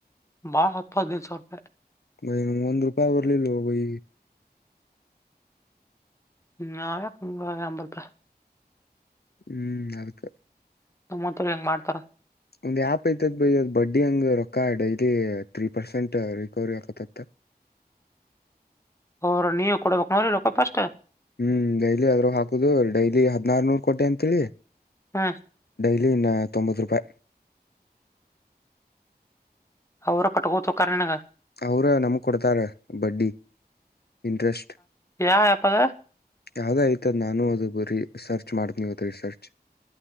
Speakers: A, on the left; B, on the left.
A: ಬಾಳ ಆತ್ ನಾ, ಹತ್ತು ಹದಿನೈದು ಸಾವಿರ ರೂಪಾಯಿ.
B: ಬೈ ನಮ್ಗ್ ಒಂದ್ ರೂಪಾಯಿ ಬರಲಿಲ್ಲೋ ಬೈ
A: ಹ್ಮ ನಾವ್ಯಾಂಬರ್ತ
B: ಹ್ಮ್ ಅದಕ್ಕ
A: ನಮ್ಮತ್ ಹೆಂಗ್ ಮಾಡ್ತಾರ
B: ಒಂದ್ ಆ್ಯಪ್ ಐತತ್ ಬೈಿ, ಅದ್ ಬಡ್ಡಿ ಹಂಗ್ ರೊಕ್ಕ ಡೈಲಿ ತ್ರೀ ಪರ್ಸೆಂಟ್ ರಿಕವರಿ ಆಕತತ್ <inaudible>
A: ಅವ್ರ ನೀವು ಕೊಡ್ಬೇಕಕ್ ನೋ್ರೀ ರೊಕಪ್ಪ ಪಷ್ಟ,
B: ಹ್ಮ್ ಡೈಲಿ ಆದದ್ರೂ ಹಾಕುದು, ಡೈಲಿ ಹದನಾರನೂರ್ ಕೊಟ್ಟಿ ಅಂತೇಳಿ
A: ಹ್ಮ
B: <inaudible> ನ್ನ ತೊಂಬತ್ತು ರೂಪಾಯ
A: ಅವ್ರ ಕಟ್ಟಕೋತ ಹೋಕ್ಕಾರ ನೀನಗ
B: ಅವರ ನಮ್ ಕೊಡ್ತಾರ ಬಡ್ಡಿ ಇಂಟ್ರೆಸ್ಟ್
A: ಯಾ ಆ್ಯಪ್ ಅದ
B: ಯಾವ್ದ ಆಯ್ತ ಅದ್ ಗುರಿ ನಾನು ಅದು ರಿಸರ್ಚ್ ಮಾಡನವು ಅದು ರಿಸರ್ಚ್